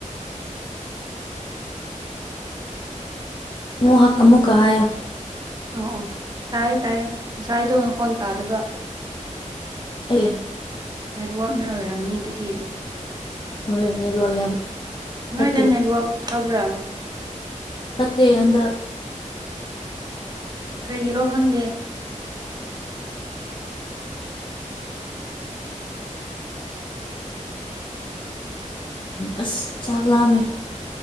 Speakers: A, on the left (about 40°); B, on the right (about 30°).
A: ꯃꯨ ꯍꯛ ꯑꯃꯨꯛꯀ ꯍꯥꯏꯌ‌ꯣ
B: ꯑꯣ ꯑꯣ ꯇꯥꯏꯌꯦ ꯇꯥꯏꯌꯦ ꯉꯁꯥꯏꯗꯣ ꯅꯈꯣꯟ ꯇꯥꯗꯕ
A: ꯑꯩ
B: ꯅꯦꯠꯋꯥꯛꯅ ꯑꯣꯏꯔꯝꯅꯤ ꯑꯗꯨꯗꯤ
A: ꯍꯣꯏ ꯅꯦꯠꯋꯥꯛ ꯌꯥꯝ
B: ꯅꯣꯏꯗ
A: ꯐꯠꯇꯦ
B: ꯅꯦꯠꯋꯥꯛ ꯐꯕ꯭ꯔꯥ
A: ꯐꯠꯇꯦ ꯍꯟꯗꯛ
B: ꯀꯩꯒꯤꯔꯣ ꯈꯪꯗꯦ
A: ꯑꯁ ꯆꯥꯛ ꯂꯥꯝꯃꯦ